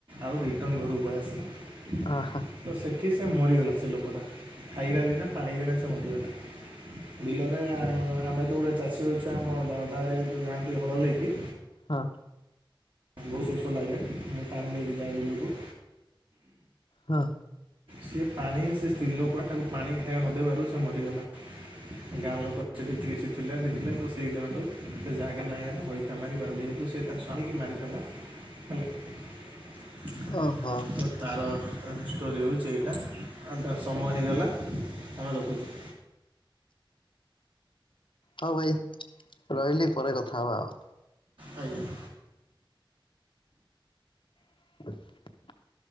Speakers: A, on the right (about 70°); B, on the left (about 65°).
A: ଆଉ ରିଟନ ଘରକୁ ପଳେଇ ଆସିିଲ।
B: ଓହୋ।
A: ତ ସେଠି ସେ ମରିଗଲା ସେ ଲୋକଟା। ଖାଇବା ବିନା ପାଣି ବିନା ସେ ମରିଗଲା ବିଲରେ ଆମେ ତ ଗୋଟେ ଚାଷୀ ହେଉଛ ଆମ ଦାଦା ହେରିକା ଯେତେବେଳେ ଯାଆନ୍ତି ହଳଲେଇକି
B: ହଁ।
A: ବହୁତ ଶୋଷ ଲାଗେ ମୁଁ ପାଣି ନେଇକି ଯାଏ ବିଲକୁ।
B: ହଁ।
A: ସେ ପାଣି ସେ ସ୍ତ୍ରୀ ଲୋକ ତାକୁ ପାଣି ଖାଇବା ନ ଦେବାରୁ ସେ ମରିଗଲା। ଗାଁ ଲୋକ ସେ <unintelligible> ଥିଲା ଦେଖିଲେ ତ ସେଇ ଦିନଠୁ ସେ ଜାଗା ନାଁ ହେଇଗଲା ଘଇତା ମାରିବାର ଯେହେତୁ ସେ ତା ସ୍ବାମୀକି ମାରି <unintelligible>
B: ଓହୋ।
A: ତାର ଷ୍ଟୋରି ହେଉଛି ଏଇଟା ସମୟ ହେଇଗଲା ଆମେ ରଖୁଛୁ।
B: ହଉ ଭାଇ ରହିଲି ପରେ କଥା ହବା ଆଉ।
A: ଆଜ୍ଞା।
B: <inaudible>